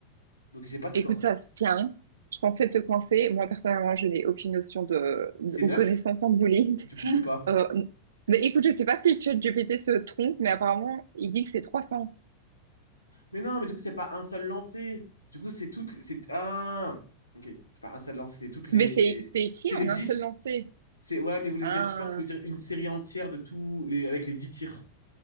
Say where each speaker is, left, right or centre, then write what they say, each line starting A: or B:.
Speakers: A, on the left (about 80°); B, on the right (about 65°).
A: Donc j'ai pas de score.
B: écoute, ça se tient. Je pensais te coincer. Moi, personnellement, je n'ai aucune notion de, de-
A: C'est
B: ou
A: 9
B: connaissance en bullying.
A: du coup ou pas?
B: Euh, mais écoute, je sais pas si ChatGPT se trompe, mais apparemment, il dit que c'est 300.
A: Mais non, mais du coup, c'est pas un seul lancer. Du coup, c'est toutes. C'est un. Ok, c'est pas un seul lancer, c'est toutes les.
B: Mais c'est, c'est écrit
A: C'est les
B: en
A: dix
B: un seul lancer.
A: C'est... Ouais, mais vous voulez
B: Ah,
A: dire, je pense que vous voulez dire une série entière de tous les. avec les 10 tirs.